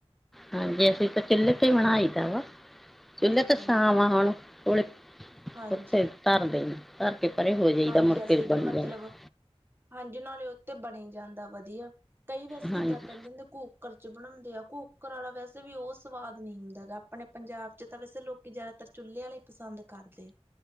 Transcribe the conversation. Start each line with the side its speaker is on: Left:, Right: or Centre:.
Centre: ਹਾਂਜੀ ਅਸੀਂ ਤਾਂ ਚੁੱਲ੍ਹੇ ਤੇ ਹੀ ਬਣਾਈ ਦਾ ਵਾ। ਚੁੱਲੇ
Right: ਅੱਛਾ
Centre: ਤੇ ਛਾਂਵ ਆ ਹੁਣ ਕੋਲੇ
Right: ਹਾਂਜੀ
Centre: ਉੱਥੇ ਧਰਦੇ ਨੇ ਧਰ ਕੇ ਪਰੇ ਹੋ ਜਾਈਦਾ
Right: ਹਾਂਜੀ
Centre: ਮੁੜ
Right: ਅਸੀਂ
Centre: ਕੇ
Right: ਵੀ
Centre: ਬਣ
Right: ਮਤਲਬ
Centre: ਜਾਂਦਾ
Right: ਹਾਂਜੀ ਨਾਲੇ ਉੱਥੇ ਬਣੀ ਜਾਂਦਾ ਵਧੀਆ। ਕਈ ਵੈਸੇ
Centre: ਹਾਂਜੀ
Right: ਜਿੱਦਾਂ ਕਹਿੰਦੇ ਹੁੰਦੇ ਘੂ ਕੁੱਕਰ ਚ ਬਣਾਉਂਦੇ ਆ। ਕੁੂੱਕਰ ਵਾਲਾ ਵੈਸੇ ਵੀ ਉਹ ਸਵਾਦ ਨਹੀਂ ਹੁੰਦਾ ਗਾ। ਆਪਣੇ ਪੰਜਾਬ ਚ ਤਾਂ ਵੈਸੇ ਲੋਕੀਂ ਜ਼ਿਆਦਾਤਰ- ਚੁੱਲ੍ਹੇ ਆਲਾ ਈ ਪਸੰਦ ਕਰਦੇ ਐ।